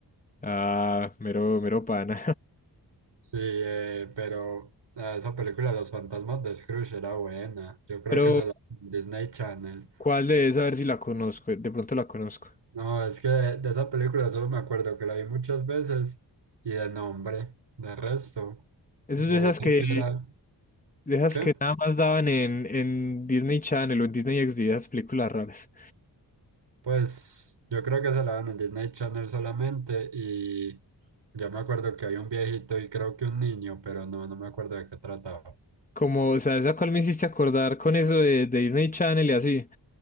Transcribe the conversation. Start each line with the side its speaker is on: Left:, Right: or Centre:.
Left: Ah, mero, mero pana.
Right: Sí, eh, pero ah, esa película Los fantasmas de Scrooge era buena. Yo creo
Left: <laughs> Pero,
Right: que se la en Disney Channel.
Left: ¿cuál de esas? A ver si la conozco, de pronto la conozco.
Right: No, es que de, de esa película solo me acuerdo que la vi muchas veces y de nombre. De resto,
Left: Eso
Right: yo
Left: de esas
Right: sé
Left: que,
Right: que era...
Left: de esas
Right: ¿Qué?
Left: que nada más daban en, en Disney Channel o en Disney XD, esas películas raras.
Right: Pues yo creo que se la dan en Disney Channel solamente y yo me acuerdo que había un viejito y creo que un niño, pero no, no me acuerdo de qué trataba.
Left: Como, o sea, esa cual me hiciste acordar con eso de, de Disney Channel y así.